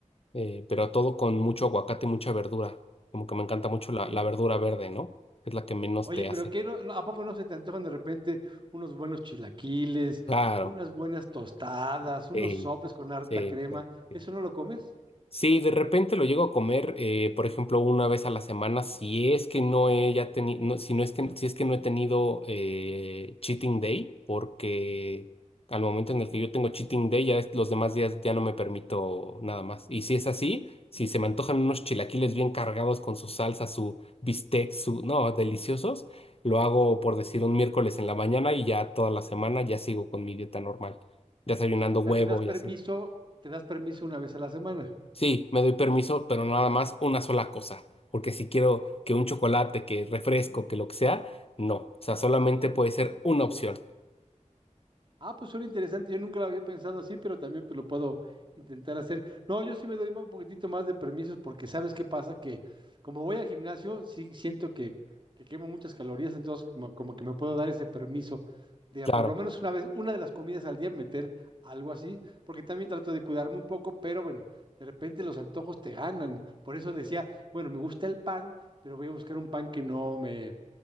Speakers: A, on the left; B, on the right.
A: eh, pero todo con mucho aguacate y mucha verdura. Como que me encanta mucho la,
B: Ok.
A: la verdura verde, ¿no? Que Es la que menos
B: Oye,
A: te
B: pero
A: hace.
B: ¿qué no- no- ¿a poco no se te antojan de repente unos buenos chilaquiles,
A: Claro,
B: unas buenas tostadas, unos
A: sí,
B: sopes con harta
A: sí,
B: crema?
A: sí, sí.
B: ¿Eso no lo comes?
A: Sí, de repente lo llego a comer, eh, por ejemplo, una vez a la semana, si es que no he ya tenido, si no es que, si es que no he tenido eh, cheating day, porque al momento en el que yo tengo cheating day, ya es- los demás días ya no me permito nada más. Y si es así, si se me antojan unos chilaquiles bien cargados con su salsa, su bistec, su, no, deliciosos, lo hago por decir un miércoles en la mañana y ya toda la semana ya sigo con mi dieta normal, desayunando
B: O
A: huevo
B: sea, te das permiso,
A: y así.
B: te das permiso una vez a la semana.
A: Sí, me doy permiso, pero nada más una sola cosa. Porque si quiero que un chocolate, que refresco, que lo que sea, no. O sea, solamente puede ser una
B: Ok.
A: opción.
B: Ah, pues suena interesante, yo nunca lo había pensado así, pero también pues lo puedo intentar hacer. No, yo sí me doy más- un poquitito más de permisos porque sabes qué pasa, que como voy al gimnasio, sí siento que, que quemo muchas calorías, entonces como, como que me puedo dar ese permiso de
A: Claro,
B: a por lo menos una vez, una de las comidas al día meter algo así, porque también trato de cuidarme un poco, pero bueno, de repente los antojos te ganan. Por eso decía, bueno, me gusta el pan, pero voy a buscar un pan que no me